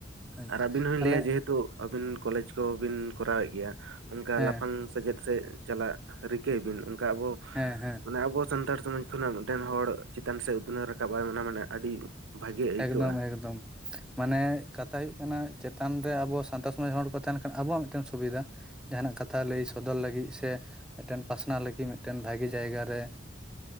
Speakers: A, in the centre; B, on the right.
A: ᱟᱪᱪᱷᱟ
B: ᱟᱨ ᱟᱹᱵᱤᱱ ᱦᱚᱧ
A: ᱛᱟᱦᱚᱞᱮ
B: ᱞᱟᱹᱭ-ᱟ ᱡᱮᱦᱮᱛᱩ ᱟᱹᱵᱤᱱ ᱠᱚᱞᱮᱡᱽ ᱠᱚᱵᱤᱱ ᱠᱚᱨᱟᱣ ᱮᱫ ᱜᱮᱭᱟ ᱚᱱᱠᱟ
A: ᱦᱮᱸ
B: ᱞᱟᱯᱷᱟᱝ ᱥᱮᱪᱮᱫ ᱥᱮ ᱪᱟᱞᱟᱜ ᱨᱤᱠᱟᱹᱭ ᱵᱤᱱ, ᱚᱱᱠᱟ ᱟᱵᱚ
A: ᱦᱮᱸ ᱦᱮᱸ᱾
B: ᱢᱟᱱᱮ ᱟᱵᱚ ᱥᱟᱱᱛᱟᱲ ᱥᱚᱢᱟᱡᱽ ᱠᱷᱚᱱᱟᱜ ᱢᱤᱫ ᱴᱮᱱ ᱦᱚᱲ ᱪᱮᱛᱟᱱ ᱥᱮᱫ ᱩᱛᱱᱟᱹᱣ ᱨᱟᱠᱟᱵ ᱟᱭ ᱢᱟᱱᱮ ᱟᱹᱰᱤ ᱵᱷᱟᱜᱮ ᱟᱹᱭᱠᱟᱹᱜᱼᱟ
A: ᱮᱠᱫᱚᱢ ᱮᱠᱫᱚᱢ᱾ ᱢᱟᱱᱮ ᱠᱟᱛᱷᱟ ᱦᱩᱭᱩᱜ ᱠᱟᱱᱟ ᱪᱮᱛᱟᱱ ᱨᱮ ᱟᱵᱚ ᱥᱟᱱᱛᱟᱲ ᱥᱚᱢᱟᱡᱽ ᱦᱚᱲ ᱠᱚ ᱛᱟᱦᱮᱱ ᱠᱷᱟᱱ ᱟᱵᱚᱣᱟᱜ ᱢᱤᱫ ᱴᱮᱱ ᱥᱩᱵᱤᱫᱷᱟ᱾ ᱡᱟᱦᱟᱱᱟᱜ ᱠᱟᱛᱷᱟ ᱞᱟᱹᱭ ᱥᱚᱫᱚᱨ ᱞᱟᱹᱜᱤᱫ ᱥᱮ ᱢᱤᱫ ᱴᱮᱱ ᱯᱟᱥᱱᱟᱣ ᱞᱟᱹᱜᱤᱫ ᱢᱤᱫ ᱴᱮᱱ ᱵᱷᱟᱜᱮ ᱡᱟᱭᱜᱟ ᱨᱮ